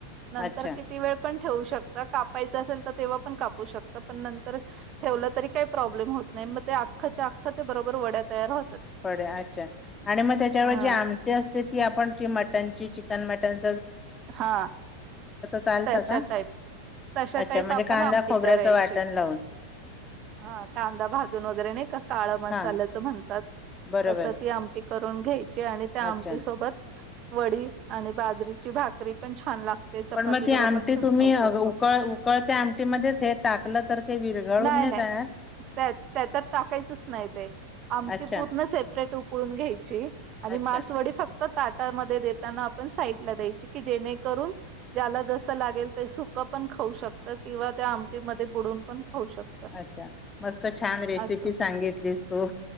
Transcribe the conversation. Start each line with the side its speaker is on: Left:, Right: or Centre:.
Right: नंतर
Left: अच्छा
Right: किती वेळ पण ठेवू शकता का ल तेव्हा पण कापू शकता पण नंतर ठेवल तरी काही प्रोब्लेम होत नाही मग अखच्या अख्खा ते बरोबर वड्या तयार होत
Left: वड्या अच्छा आणि मग त्याच्यावर
Right: हा
Left: जी आमटी असते ती आपण मटण चिकन मटन
Right: हा
Left: चालतं
Right: त्याच्या
Left: का?
Right: टाईप तश्या
Left: अच्छा
Right: टाईप
Left: म्हणजे
Right: आपण
Left: कांदा
Right: आमटी
Left: खोबऱ्याचं
Right: करायची,
Left: वाटण लावून
Right: हा कांदा भाजून वगैरे नाही का काळ मसाल्याचं
Left: हा
Right: म्हणतात!
Left: बरोबर
Right: तस ती आमटी करून घ्या यची, आणि त्या
Left: अच्छा
Right: आमटी सोबत वडी आणि बाजरी ची भाकरी पण छान लाग गते, चपाती
Left: पण मग
Right: बरोबर
Left: ती आमटी
Right: पण
Left: तुम्ही
Right: खाऊ
Left: अ,
Right: शकतो,
Left: उकळ उकळत्या आमटीमध्येच हे टाकलं तर ते विरघळून
Right: नई
Left: नाही
Right: नाय
Left: जाणार
Right: त्याच्यात टाकायचंच नाही आमटी
Left: अच्छा
Right: पूर्ण सेप्रेटच उखलून घ्यायची आणि
Left: अच्छा
Right: मासवडी फक्त ताटामध्येध्ये देताना आपण साईट ला द्या की जेणेकरून ज्याला जस लागेल ते सुकं पण खाऊ शकत किंवा त्या आमटीमध्ये बुडून पण खाऊ शकतं.
Left: अच्छा मस्त छान रेसिपी
Right: असं
Left: सांगितलीस तू